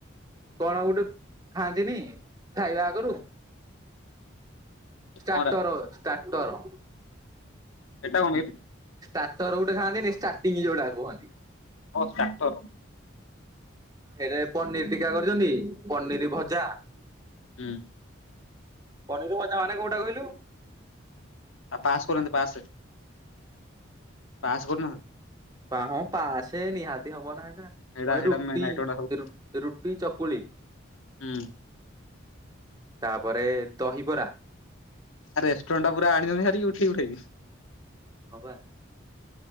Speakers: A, on the right; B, on the left.
A: କଣ ଗୋଟେ ଖାଆନ୍ତିନି ଖାଇବା ଆଗରୁ? ଷ୍ଟାଟର
B: କଣରା
A: ଷ୍ଟାଟର।
B: ହେଟା ହୁଏ।
A: ଷ୍ଟାଟର ଗୋଟେ ଖାଆନ୍ତିନି ଷ୍ଟାର୍ଟିଂ ଯୋଉଟା କୁହନ୍ତି।
B: ଓ ଷ୍ଟାର୍ଟର ହୁଁ
A: ହେରେ ପନିର ଟୀକା କରିଛନ୍ତି ପନିର ଭଜା।
B: ହୁଁ।
A: ପନିର ଭଜା ମାନେ କୋଉଟା କହିଲୁ?
B: ଆଉ ପାସ୍ କରନାହାନ୍ତି ପାସ୍ ପାସ୍ କରିନାହାନ୍ତି?
A: ପା ହଁ ପାସେ ନିହାତି ହବନା ହେଟା।
B: ହେଇଟା
A: କହେ
B: ହେଇଟା
A: ରୁଟି
B: ମେନ୍ ଆଇଟମ ଟା ସବୁ
A: ରୁ ରୁଟି, ଚକୁଳି।
B: ହୁଁ
A: ତାପରେ ଦହିବରା।
B: ଆ ରେଷ୍ଟୁରାଣ୍ଟଟା ପୁରା ଆଣିଛନ୍ତି ହାରିକି ଉଠେଇ ଉଠାକି।
A: ହଁ ବା।